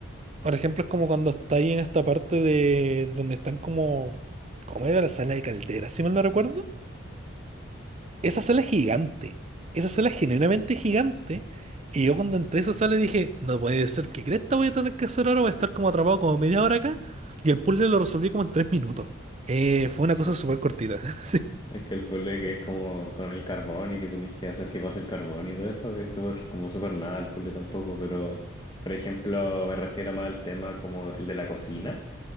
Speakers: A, on the right; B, on the left.
A: por ejemplo, es como cuando estáis en esta parte de donde están como, ¿cómo era la sala de caldera, si mal no recuerdo? Esa sala es gigante, esa sala es genuinamente gigante. Y yo cuando entré a esa sala dije, no puede ser, ¿qué cresta voy a tener que hacer ahora? Voy a estar como atrapado como media hora acá. Y el puzzle lo resolví como en tres minutos. Eh, fue una
B: Sí.
A: cosa súper cortita. <laughs> Sí.
B: Es que el puzzle que es como con el carbón y que tenéis que hacer que pase el carbón y todo eso, es súper, como súper nada el puzzle tampoco, pero por ejemplo me refiero más al tema como el de la cocina,